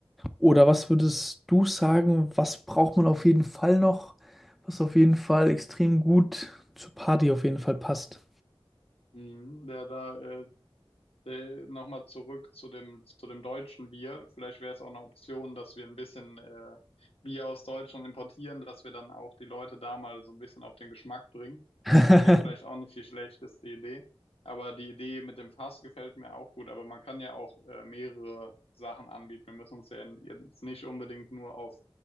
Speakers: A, in the centre; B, on the left.
A: Oder was würdest du sagen, was braucht man auf jeden Fall noch, was auf jeden Fall extrem gut zur Party auf jeden Fall passt?
B: Mhm. Ja, da äh, äh, nochmal zurück zu dem, zu dem deutschen Bier. Vielleicht wäre es auch eine Option, dass wir ein bisschen äh, Bier aus Deutschland importieren, dass wir dann auch die Leute da mal so ein bisschen auf den Geschmack bringen.
A: <laughs>
B: Das wäre vielleicht auch nicht die schlechteste Idee. Aber die Idee mit dem Fass gefällt mir auch gut. Aber man kann ja auch äh, mehrere Sachen anbieten. Wir müssen uns ja jetzt nicht unbedingt nur auf